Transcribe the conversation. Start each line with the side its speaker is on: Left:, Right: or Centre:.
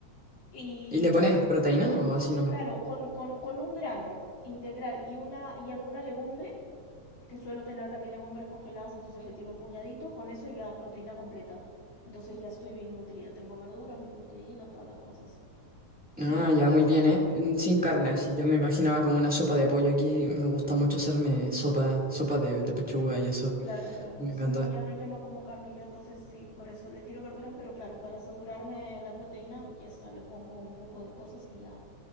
Left: Y
Centre: ¿Y le pones proteína o así nomás?
Left: Claro, con, con, con un grano integral y una y alguna legumbre, que suelo tener también legumbres congeladas, entonces le tiro un puñadito, con eso ya proteína completa. Entonces ya estoy bien nutrida, tengo verduras, mi proteína, todas las cosas. Sí,
Centre: Ah, ya, muy bien, ¿eh? Mm, Sin carne, así. Yo me imaginaba como una sopa de pollo. Aquí me gusta mucho hacerme sopa, sopa de, de pechuga y eso.
Left: claro, claro.
Centre: Me
Left: Sí,
Centre: encanta.
Left: no, ya no, ya no como carne yo, entonces sí, por eso le tiro verduras, pero claro, para asegurarme la proteína, ya está, le pongo un poco de cosas y ya.